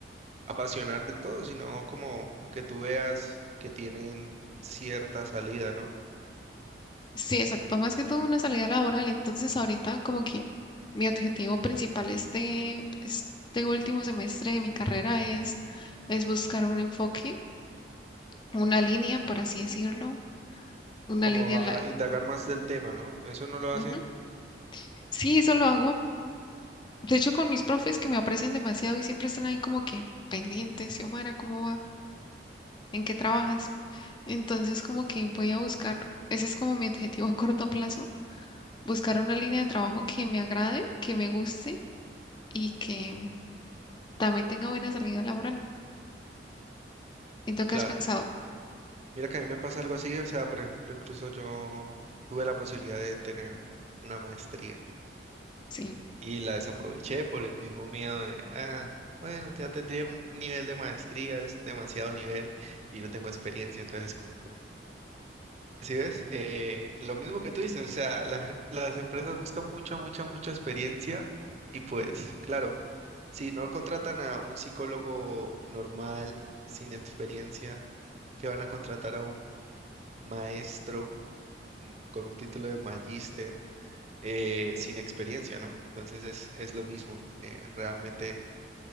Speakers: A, on the right; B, on the left.
A: apasionar del todo, sino como que tú veas que tienen cierta salida, ¿no?
B: sí, exacto, más que todo una salida laboral. Entonces, ahorita como que mi objetivo principal este, este último semestre de mi carrera es, es buscar un enfoque, una línea, por así decirlo, una
A: Como
B: línea en
A: a
B: la...
A: a indagar más del tema, ¿no? ¿Eso no lo
B: Ujú.
A: hacen?
B: Sí, eso lo hago De hecho, con mis profes que me aprecian demasiado y siempre están ahí como que pendientes, Xiomara, ¿cómo va? ¿En qué trabajas? Entonces, como que voy a buscar, ese es como mi objetivo a corto plazo, buscar una línea de trabajo que me agrade, que me guste y que mm, también tenga buena salida laboral. ¿Y tú qué
A: Claro.
B: has pensado?
A: Mira que a mí me pasa algo así, o sea, por ejemplo, incluso yo tuve la posibilidad de tener una maestría
B: Sí.
A: y la desaproveché por el mismo miedo de, ah, bueno, ya tendría un nivel de maestría, es demasiado nivel y no tengo experiencia, entonces como, ¿sí ves? Eh, lo mismo que tú dices, o sea, la gen- las empresas buscan mucha, mucha, mucha experiencia y pues, claro, si no contratan a un psicólogo normal, sin experiencia, ¿qué van a contratar a un maestro con un título de magíster eh, sin experiencia, ¿no? Entonces es, es lo mismo. eh, realmente